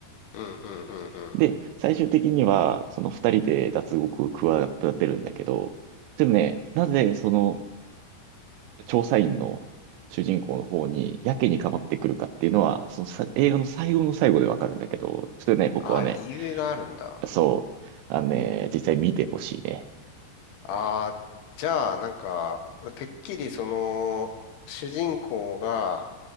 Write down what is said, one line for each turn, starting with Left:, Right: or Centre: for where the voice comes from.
Left: うん、うん、うん、うん。
Right: で、最終的には、その二人で脱獄を企てるんだけど、でもね、なぜその調査員の主人公の方にやけにかまってくるかっていうのは、そのさ映画の最後の最後でわかるんだけど、それね、僕はね、
Left: あ、理由があるんだ。
Right: そう、あのね、実際見てほしいね。
Left: ああ、じゃあ、なんか、てっきりその、主人公が、